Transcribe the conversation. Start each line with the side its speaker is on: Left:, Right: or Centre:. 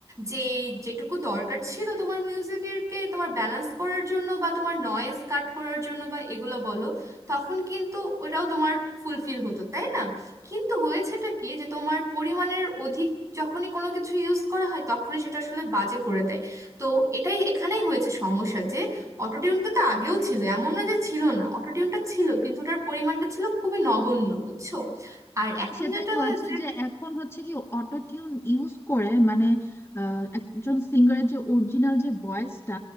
Right: যে যেটুকু দরকার ছিল তোমার মিউজিকেরকে তোমার ব্যালেন্স করার জন্য বা তোমার নয়েজ কাট করার জন্য বা এগুলো বলো তখন কিন্তু ওটাও তোমার ফুলফিল হতো তাই না কিন্তু হয়েছেটা কি যে তোমার পরিমাণের অধিক যখনই কোনো কিছু ইউজ করা হয় তখনই সেটা আসলে বাজে করে দেয় তো এটাই এখানেই হয়েছে সমস্যা যে অটোটিউন কিন্তু আগেও ছিল এমন না যে ছিল না অটোটিউনটা ছিল কিন্তু ওটার পরিমাণটা ছিল খুবই নগণ্য বুঝছো আর
Left: এখন
Right: এখন
Left: সেটাই
Right: যেটা
Left: হয়েছে
Right: হয়েছে
Left: যে এখন হচ্ছে কি অটো টিউন ইউজ করে মানে আহ, একজন সিঙ্গারের যে অরিজিনাল যে ভয়েসটা